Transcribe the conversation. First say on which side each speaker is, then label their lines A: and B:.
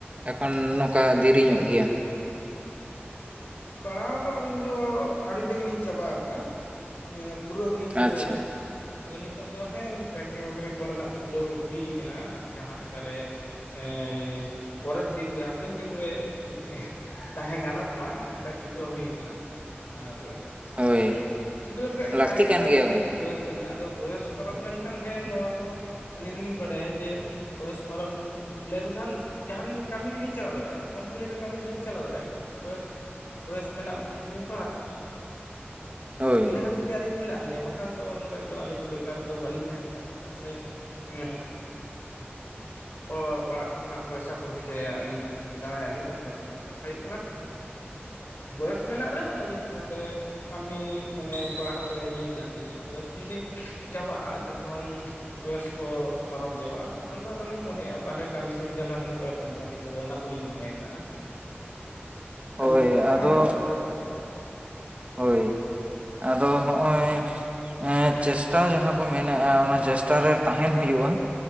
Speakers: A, on the right (about 30°); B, on the left (about 55°).
A: ᱮᱠᱷᱚᱱ ᱱᱚᱸᱠᱟ ᱫᱤᱨᱤ ᱧᱚᱜ ᱜᱮᱭᱟ?
B: ᱯᱟᱲᱦᱟᱣ ᱫᱚ ᱟᱹᱞᱤᱧ ᱫᱚ ᱟᱰᱤ ᱫᱤᱱ ᱨᱤᱞᱤᱧ ᱪᱟᱵᱟ ᱠᱟᱜ-ᱟ᱾ ᱢᱟᱱᱮ ᱯᱩᱨᱟᱹᱣ ᱫᱩᱞᱤᱧ ᱯᱩᱨᱟᱹᱣ
A: ᱟᱪᱪᱷᱟ
B: ᱠᱟᱜ-ᱟ᱾ ᱟᱫᱚ ᱱᱤᱛᱚᱜ ᱫᱚ ᱦᱮᱸ ᱪᱟᱹᱠᱨᱤ ᱵᱟᱹᱠᱨᱤ ᱠᱚ ᱨᱮ ᱱᱟᱜ ᱪᱷᱩᱴᱟᱹᱣ ᱦᱩᱭ ᱠᱟᱱᱟ ᱡᱟᱦᱟᱸ ᱞᱮᱠᱟ ᱨᱮ ᱼᱼ ᱮᱸᱭ ᱯᱚᱨᱮᱫ ᱫᱤᱱ ᱨᱮ ᱦᱟᱯᱮᱱ ᱫᱤᱱ ᱨᱮ ᱮᱦ ᱛᱟᱦᱮᱸ ᱜᱟᱱᱚᱜ ᱢᱟ᱾ ᱠᱟ ᱪᱷᱩᱴ ᱟᱹᱣ ᱦᱩᱭ ᱠᱟᱱᱟ ᱟᱨ
A: ᱦᱳᱭ
B: ᱪᱷᱩᱴ ᱟᱹᱣ ᱞᱮᱠᱟ ᱜᱮ
A: ᱞᱟᱹᱠᱛᱤ
B: ᱛᱟᱦᱮᱸ ᱦᱩᱭᱩᱜ-ᱟ
A: ᱠᱟᱱ ᱜᱮᱭᱟ
B: ᱛᱤᱱᱟᱹᱜ
A: ᱜᱚᱝᱠᱮ
B: ᱫᱤᱱ ᱵᱚᱭᱮᱥᱼᱼ ᱢᱮᱱᱟᱜ-ᱟ ᱟᱫᱚ ᱵᱚᱭᱚᱥ ᱯᱟᱨᱚᱢ ᱞᱮᱱ ᱠᱷᱟᱱ ᱦᱮᱸ ᱱᱚᱣᱟ ᱫᱚᱼᱼ ᱟᱹᱞᱤᱧ ᱦᱩᱞᱤᱧ ᱵᱟᱲᱟ ᱭᱟ ᱡᱮ ᱵᱚᱭᱚᱥ ᱯᱟᱨᱚᱢᱼᱼ ᱞᱮᱱ ᱠᱷᱟᱱ ᱡᱟᱦᱟᱸᱱ ᱠᱟᱢᱤ ᱜᱤᱞᱤᱧ ᱪᱟᱞᱟᱣ ᱫᱟᱲᱮ ᱭᱟᱜ-ᱟ ᱠᱳᱢ ᱯᱟᱱᱤ ᱨᱮ ᱠᱟᱢᱤ ᱫᱩᱞᱤᱧ ᱪᱟᱞᱟᱣ ᱫᱟᱲᱮ ᱭᱟᱜ-ᱟ ᱠᱤᱱᱛᱩ ᱵᱚᱭᱚᱥᱼᱼ ᱵᱚᱭᱮᱥ ᱢᱮᱱᱟᱜ ᱵᱳᱨ ᱫᱚ ᱞᱤᱧ ᱯᱟᱲᱷᱟᱜ
A: ᱦᱳᱭ
B: ᱤᱱᱟᱹ ᱠᱷᱟᱹ ᱠᱷᱟᱹᱛᱤᱨ ᱜᱮ ᱟᱹᱞᱤᱧ ᱢᱮᱱᱟᱜ ᱞᱤᱧᱟᱹ ᱵᱟ ᱠᱷᱟᱱ ᱛᱚ ᱱᱚᱸᱰᱮ ᱫᱚ ᱟᱹᱞᱤᱧ ᱫᱚ ᱵᱮᱠᱟᱨ ᱫᱚ ᱵᱟᱹᱞᱤᱧ ᱛᱟᱦᱮᱸ ᱠᱚᱜᱼᱟ ᱪᱮᱫᱟᱜ ᱥᱮ ᱮᱻᱻ ᱚ ᱚᱲᱟᱜ ᱠᱷᱚ ᱱᱟᱜ ᱯᱚᱭᱥᱟ ᱠᱚ ᱵᱷᱮ ᱡᱟᱭᱟ ᱟᱹᱞᱤᱧ ᱫᱟᱬᱮ ᱭᱟᱜ ᱞᱤᱧ ᱚᱱᱠᱟ ᱫᱚ ᱵᱟᱝ, ᱠᱟᱛᱷᱟ ᱦᱩᱭᱩᱜ ᱠᱟᱱᱟ ᱵᱚᱭᱮᱥ ᱢᱮᱱᱟᱜ ᱨᱮ ᱟᱹᱞᱤᱧ ᱱᱚᱸᱰᱮ ᱠᱟᱹᱢᱤ ᱢᱟᱱᱮ ᱯᱟᱲ ᱦᱟᱣ ᱨᱮ ᱤᱭᱟᱹ ᱢᱮᱱᱟᱜ ᱞᱤᱧᱟᱹ ᱵᱚᱭᱮᱥ ᱡᱩᱫᱤ ᱪᱟᱵᱟᱜᱼᱟ ᱡᱚ ᱠᱷᱚᱱ ᱵᱚᱭᱮᱥ ᱠᱚ ᱯᱟᱨᱚᱢ ᱪᱟᱵᱟᱜᱼᱟ ᱛᱚ ᱠᱷᱚᱱ ᱫᱚ ᱟᱫᱚ ᱞᱤᱧ ᱢᱚᱱᱮ ᱭᱟ ᱵᱟᱦᱮ ᱨᱮ ᱠᱟᱹᱢᱤ ᱥᱮᱱ ᱪᱟᱞᱟᱜ ᱦᱩᱭᱩᱜᱼᱟ ᱠᱳᱢ ᱯᱟᱱᱤ ᱠᱚ ᱨᱮ ᱚᱱᱟ ᱠᱩ ᱞᱤᱧ ᱢᱚᱱᱮ ᱠᱟᱜᱼᱟ ᱟᱨ
A: ᱦᱳᱭ
B: ᱱᱤᱛᱚᱜ ᱫᱚ
A: ᱟᱫᱚ
B: ᱯᱟᱲ ᱦᱟᱣ ᱜᱮ ᱫᱚᱨ ᱠᱟ ᱨᱚᱜ-ᱟ᱾
A: ᱦᱳᱭ ᱟᱫᱚ ᱦᱚᱸᱜᱼᱚᱭ ᱮᱸ ᱪᱮᱥᱴᱟ ᱡᱟᱦᱟᱸ ᱠᱚ ᱢᱮᱱᱟᱜᱼᱟ ᱚᱱᱟ ᱪᱮᱥᱴᱟ ᱨᱮ ᱛᱟᱦᱮᱱ ᱦᱩᱭᱩᱜᱼᱟ